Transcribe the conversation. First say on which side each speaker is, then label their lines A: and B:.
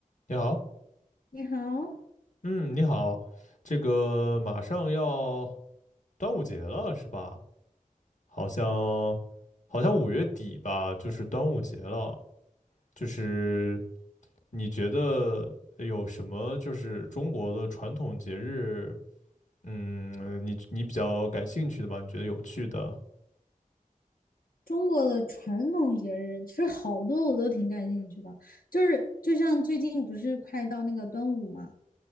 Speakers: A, on the left (about 60°); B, on the left (about 85°).
A: 你好，
B: 你好，
A: 嗯，你好，这个马上要端午节了是吧？好像好像五月底吧，就是端午节了。就是你觉得有什么就是中国的传统节日，嗯，你你比较感兴趣的吧？你觉得有趣的？
B: 中国的传统节日其实好多我都挺感兴趣的，就是就像最近不是快到那个端午嘛，